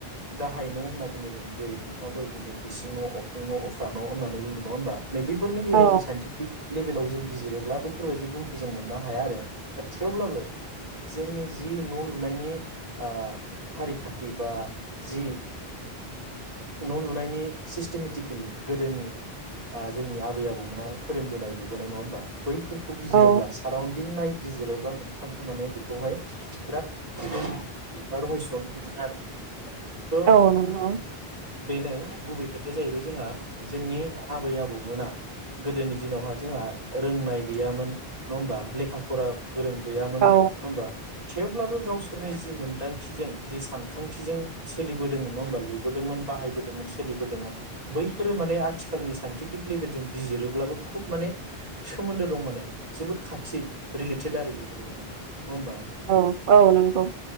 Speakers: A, on the right; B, on the right.
A: गाहाय न' होनना बुङो जों जेरै नोंथाङा दहाय बुंदों इसिं न', अखुं न', उफ्रा न' होननानै बुंदों नङा होमबा। नैबेफोरनि गेजेराव
B: औ
A: जों साइन्टिफिक लेभेलाव जों बिजिरोब्ला बैफोरबायदि गुनखौ जों मोननो हाया आरो दा थेवब्लाबो जोंनि जि न' लुनायनि ओ फारिखान्थि बा ओ जि न' लुनायनि सिस्टेमेटिकेलि गोदोनि ओ जोंनि आबै आबौमोना फोरोंबोनाय लुबोनाय नङा होमबा बैफोरखौ बिजिरोब्ला
B: औ
A: साराउन्ड दिं नायगिजिरोब्ला मोनफा मोनफा माने बेखौहाय बिराद बा रहयस' नुनो मोनो आरो। थ'
B: औ नंगौ।
A: बेनो गुबै खोथाया जाहैबाय जोंहा जोंनि आबै आबौमोना गोदोनि दिनावहा जोंहा रोंनाय गैयामोन नङा होमबा लेखा फरा गोरों गैयामोन
B: औ
A: नङा होमबा थेवब्लाबो गावसोरनि जि मोनदांथिजों जि सानखांथिजों सोलिबोदोंमोन नङा होमबा लुबोदोंमोन बाहायबोदोंमोन सोलिबोदोंमोन बै बेफोरो माने आथिखालनि साइनटिफिक लेभेलजों बिजिरोब्लाबो खुब माने सोमोन्दो दं माने जोबोद खाथियै रिलेटेद आरो बेफोरो माने होमबा
B: औ औ नंगौ।